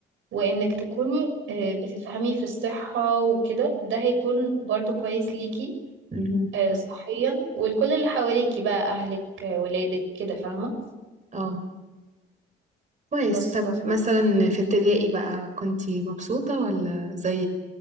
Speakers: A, on the right; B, on the right.
A: وانك تكوني آه، بتفهمي في الصحة وكده ده هيكون برضو كويس ليكي
B: مم.
A: آه، صحيا ولكل اللي حواليكي بقى اهلك آه، ولادك كده فاهمة
B: اه كويس
A: بس
B: طب
A: ف...
B: مثلا
A: <laughs>
B: في ابتدائي بقى كنتي مبسوطة ولا زي